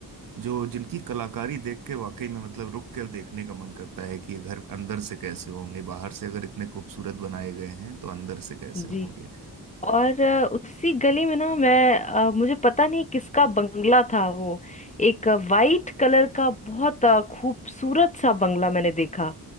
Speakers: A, on the right; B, on the left.
A: जो जिनकी कलाकारी देख के वाकई में मतलब रुक के देखने का मन करता है कि ये घर अंदर से कैसे होंगे बाहर से अगर इतने खूबसूरत बनाए गए हैं तो अंदर से कैसे
B: जी
A: होंगे
B: और अ, उसी गली में ना मैं अ, मुझे पता नहीं किसका बंगला था वो एक वाइट कलर का बहुत अ, खूबसूरत सा बंगला मैंने देखा